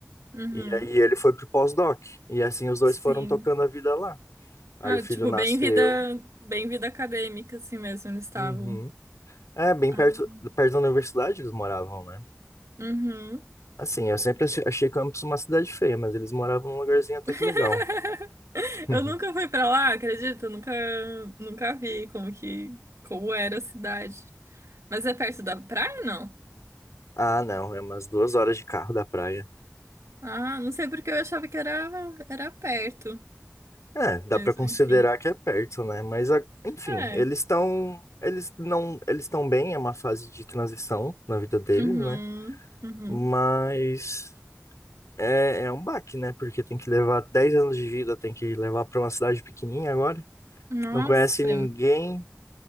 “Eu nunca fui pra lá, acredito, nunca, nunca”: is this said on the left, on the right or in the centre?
Right